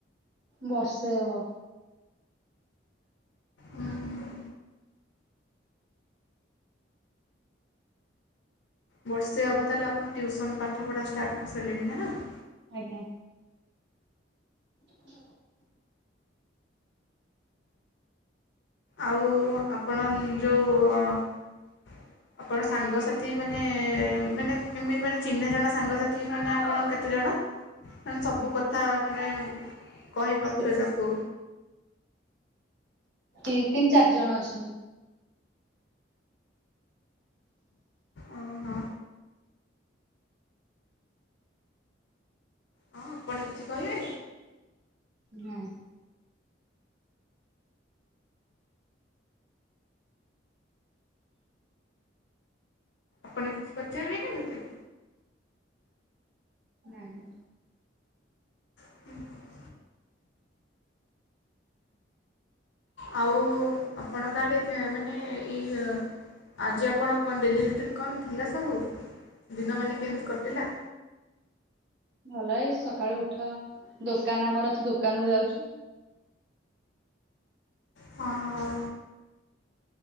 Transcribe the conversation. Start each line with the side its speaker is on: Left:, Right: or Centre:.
Right: ବର୍ଷେ ହବ।
Left: ହୁଁ ହୁଁ। ବର୍ଷେ ହେବ ତା ହେଲେ ଆପଣ ଟ୍ୟୁସନ୍ ପାଠପଢ଼ା ଷ୍ଟାର୍ଟ କରି ସାରିଲେଣି ନା ନାହିଁ।
Right: ଆଜ୍ଞା। <inaudible>
Left: ଆଉ ଆପଣ ଯୋଉ ଆପଣ ସାଙ୍ଗସାଥି ମାନେ ମାନେ ଏମିତି ମାନେ ଚିହ୍ନା ଜଣା ସାଙ୍ଗସାଥି ମାନେ ଆପଣ କେତେ ଜଣ? ମାନେ ସବୁ କଥା ମାନେ କହି ପାରୁଥିବେ
Right: ସେ
Left: ତାକୁ।
Right: ତିନି ଚାରି ଜଣ ଅଛନ୍ତି।
Left: ଓ ହୋ। ହଁ, ଆପଣ କିଛି କହିବେ।
Right: ନାହିଁ।
Left: ଆପଣ କିଛି ପଚାରିବେ କି ମୋତେ?
Right: ନାଇଁ।
Left: <inaudible> ଆଉ ଆପଣଙ୍କ ଆଡ଼େ ମାନେ ଏଇ ହି ଆଜି ଆପଣ କଣ ଡେଲି ରୁଟିନ୍ କଣ ଥିଲା ସବୁ ଦିନ ମାନ କେମିତି କଟିଲା?
Right: ଭଲ ଏଇ ସକାଳୁ ଉଠ। ଦୋକାନ ଆମର ଅଛି, ଦୋକାନ କୁ ଯାଉଛିୁ।
Left: ହଁ ହଉ।